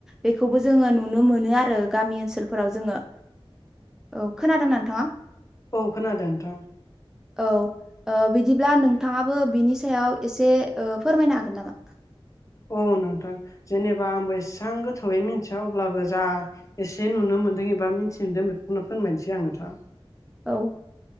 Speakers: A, in the centre; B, on the left.
A: बेखौबो जोंङो नुनो मोनो आरो गामि ओनसोलफोराव जोंङो औ खोनादोंना नोंथाङा?
B: औ खोनादों नोंथां।
A: औ ओ बिदिब्ला नोंथाङाबो बिनि सायाव एसे ओ फोरमायनो हागोन नामा?
B: औ नोंथां जेनेबा आंबो इसां गोथौयै मिथिया अब्लाबो जा एसे नुनो मोन्दों एबा मिथि मोनदों बेखौनो फोरोनमायनोसै आं नोंथा।
A: औ